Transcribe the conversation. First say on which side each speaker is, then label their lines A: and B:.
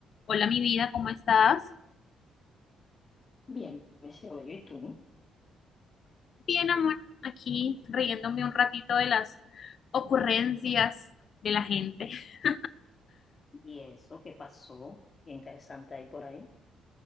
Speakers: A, on the left; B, on the left.
A: Hola, mi vida, ¿cómo estás?
B: Bien, me llevo yo y tú.
A: Bien, amor, aquí riéndome un ratito de las ocurrencias de la gente. <laughs>
B: ¿Y eso qué pasó? Qué interesante ahí por ahí.